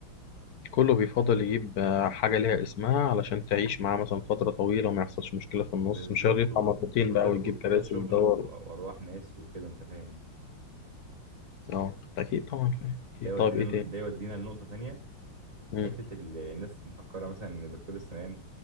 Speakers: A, on the left; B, on the right.
A: كله بيفضل يجيب آه، حاجة ليها اسمها علشان تعيش معاه مثلا فترة طويلة وما يحصلش مشكلة في النص
B: بالظبط
A: مش هيقعد يدفع
B: و-
A: مرتين
B: وده
A: بقى ويجيب
B: وده
A: كراسي
B: شغل
A: ويدور
B: و- وأرواح ناس وكده أنت فاهم يعني
A: اه اكيد طبعا فاهم
B: ده
A: اكيد
B: يودينا
A: طيب ايه تاني
B: ده يودينا لنقطة تانية
A: مم.
B: حتة ال- الناس مفكرة مثلا إن دكتور السنان